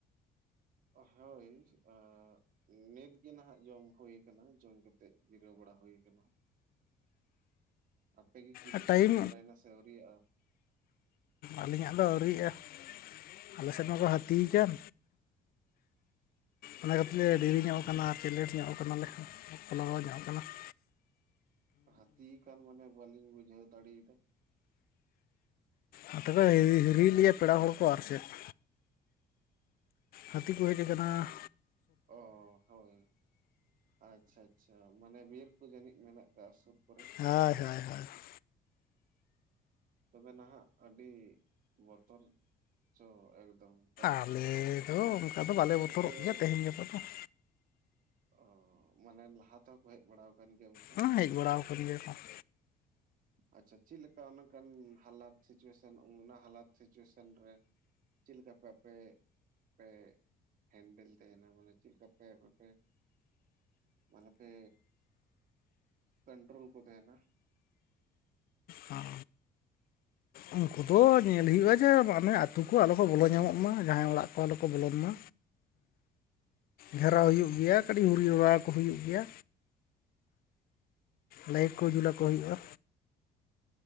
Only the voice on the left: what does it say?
ᱟᱨ ᱴᱟᱭᱤᱢ
ᱟᱹᱞᱤᱧᱟᱜ ᱫᱚ ᱟᱹᱣᱨᱤᱭᱟᱜᱼᱟ ᱾ ᱟᱞᱮ ᱥᱮᱫ ᱢᱟᱠᱚ ᱦᱟᱹᱛᱤᱠᱟᱱ, ᱚᱱᱟ ᱠᱷᱟᱹᱛᱤᱨ ᱞᱮ
ᱫᱮᱨᱤ ᱧᱚᱜᱼᱼ ᱚᱱᱟ ᱟᱨᱠᱤ ᱞᱮᱴ ᱧᱚᱜ ᱠᱟᱱᱟᱞᱮ, ᱞᱟᱜᱟᱣ ᱧᱚᱜ ᱠᱟᱱᱟ ᱾
ᱱᱚᱛᱮ ᱠᱚ ᱦᱤᱨᱤᱭᱮᱜ ᱞᱮᱭᱟ ᱯᱮᱲᱟ ᱦᱚᱲ ᱠᱚ ᱟᱨ ᱪᱮᱫ ᱾ ᱦᱟᱹᱛᱤ ᱠᱚ ᱦᱮᱡ ᱟᱠᱟᱱᱟ ᱾
ᱦᱳᱭ ᱦᱳᱭ ᱦᱳᱭ ᱾
ᱟᱞᱮ ᱫᱚ ᱚᱱᱠᱟ ᱫᱚ ᱵᱟᱞᱮ ᱵᱚᱛᱚᱨᱚᱜ
ᱜᱮᱭᱟ ᱛᱮᱦᱮᱧ ᱜᱟᱯᱟ ᱫᱚ ᱾
ᱦᱮᱸ ᱦᱮᱡ ᱵᱟᱲᱟᱣ ᱠᱟᱱ ᱜᱮᱭᱟ ᱠᱚ ᱾
ᱦᱟᱸ ᱩᱱᱠᱩ ᱫᱚ ᱧᱮᱞ ᱦᱩᱭᱩᱜᱼᱟ ᱡᱮ ᱢᱟᱱᱮ ᱟᱹᱛᱩ ᱠᱚ ᱟᱞᱚ ᱠᱚ ᱵᱚᱞᱚ ᱧᱟᱢᱚᱜ ᱢᱟ ᱡᱟᱦᱟᱸᱭ ᱚᱲᱟᱜ ᱠᱚ ᱟᱞᱚ ᱠᱚ ᱵᱚᱞᱚᱱ ᱢᱟ
ᱜᱷᱟᱨᱟᱣ ᱦᱩᱭᱩᱜ ᱜᱮᱭᱟ ᱠᱟᱹᱴᱤᱡ ᱩᱨᱤᱭᱟᱹᱣ ᱵᱟᱲᱟ ᱠᱚ ᱦᱩᱭᱩᱜ ᱜᱮᱭᱟ᱾
ᱞᱟᱭᱤᱴ ᱠᱚ ᱡᱩᱞ ᱟᱠᱚ ᱦᱩᱭᱩᱜᱼᱟ᱾